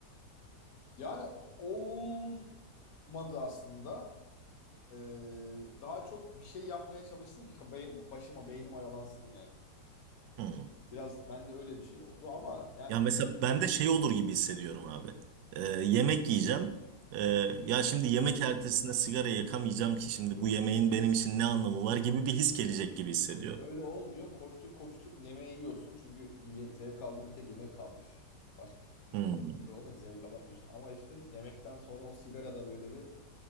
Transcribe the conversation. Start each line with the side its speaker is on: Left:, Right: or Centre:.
Left: yani olmadı aslında Ee, daha çok bir şey yapmaya çalıştım ki be- başıma beynim oyalansın yani.
Right: Hmm.
Left: Biraz bende öyle bir şey oldu ama yani
Right: Ya mesela ben de şey olur gibi hissediyorum abi. Ee, yemek yiyeceğim. Ee, ya şimdi yemek ertesinde sigara yakamayacağım ki şimdi bu yemeğin benim için ne anlamı var gibi bir his gelecek gibi hissediyorum.
Left: öyle olmuyor. Koştur koştur yemeği yiyorsun çünkü ye- zevk aldığın bir tek yemek kalmış. Başka hiçbir türlü
Right: Hmm.
Left: şey olmaz zevk alamıyorsun. Ama işte yemekten sonra o sigara da böyle bir